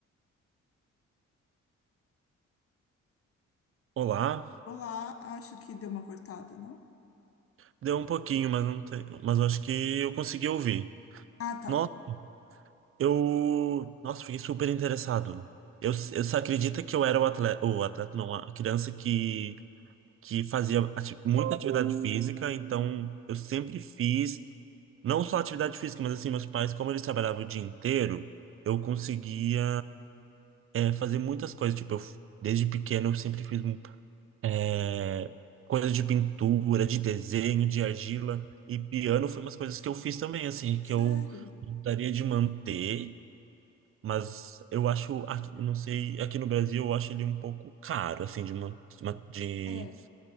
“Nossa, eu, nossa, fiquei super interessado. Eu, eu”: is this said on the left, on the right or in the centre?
Right